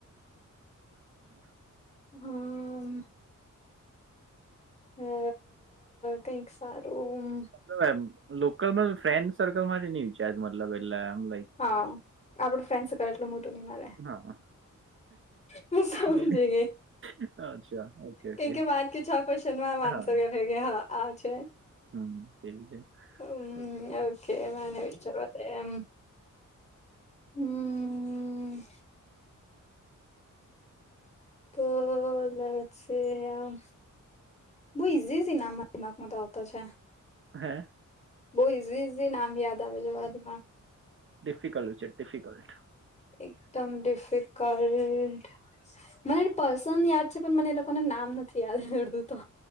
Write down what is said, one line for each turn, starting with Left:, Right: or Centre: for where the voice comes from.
Right: હ <unintelligible>
Left: હમ. અ કઈક સારું.
Right: લબ એમ લોકલમાં ફ્રેન્ડ સર્કલમાંથી ની વિચાર મતલબ એટલે એમ લાઈક
Left: હા આપણુ ફ્રેન્ડ સર્કલ. એટલો મોટો નહી મારે
Right: હા
Left: મેં સમજી
Right: જે-
Left: ગ‌ઇ.
Right: અચ્છા ઓકે
Left: કે
Right: ઓકે
Left: કે વાત કે છ ક્વેશ્ચન માં આન્સર
Right: હા
Left: થ‌ઇ ગયા હા. આ છે
Right: હમ એવું છે
Left: અમ
Right: ઓકે ઓકે
Left: અ કે મને વિચારવ એમ. હમ્મ. તો લછે આ. બહુ ઈઝી જ ઇનામ દિમાગમાં તો આવતો છે.
Right: હે?
Left: બવ ઇઝી ઇઝી નામ યાદ આવે જવા
Right: ડિફિકલ્ટ વિચ ડિફિકલ્ટ.
Left: એકદમ ડિફિકલ્ટ. મને પર્સન યાદ છે પણ મને એ લોકોને નામ નથી યાદ રડતું તો.